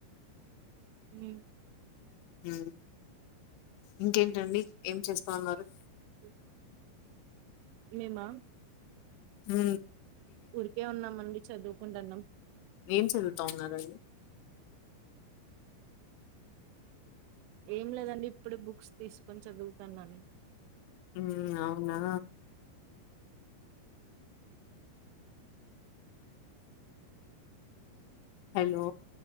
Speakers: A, on the right; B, on the left.
A: మ్
B: ఆ ఇంకేంటండి ఏం చేస్తా ఉన్నారు
A: ఓ మేమా
B: మ్
A: ఊరికే ఉన్నామండి చదువుకుంటున్నాం
B: ఏం చదువుతా ఉన్నరండి
A: ఏం లేదండి ఇప్పుడు బుక్స్ తీసుకొని చదువుతాన్నాను
B: మ్ అవునా హలో